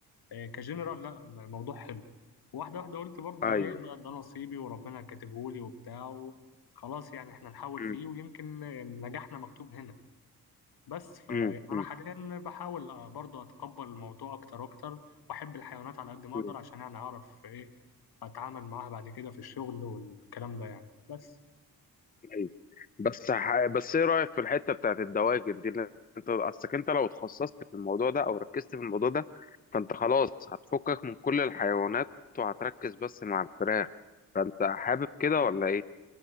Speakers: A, on the left (about 70°); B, on the left (about 20°).
A: إيه، كجنرال لا الموضوع حلو واحدة واحدة قلت برضه ده
B: ايوه
A: ايه ده, ده نصيبي وربنا كاتبهولي وبتاع و- خلاص يعني احنا نحاول
B: امم
A: فيه ويمكن نجاحنا مكتوب هنا بس فيعني
B: امم
A: انا حاليا بحاول آه، برضه اتقبل الموضوع اكتر واكتر واحب الحيوانات على قد ما
B: امم.
A: اقدر عشان يعني اعرف ايه اتعامل معاها بعد كده في الشغل والكلام ده يعني بس
B: ايوه بس ح... بس ايه رايك في الحته بتاعت الدواجن دي اللي انت اصلك انت لو اتخصصت في الموضوع ده او ركزت في الموضوع ده فانت خلاص هتفكك من كل الحيوانات وهتركز بس مع الفراخ فانت حابب كده ولا ايه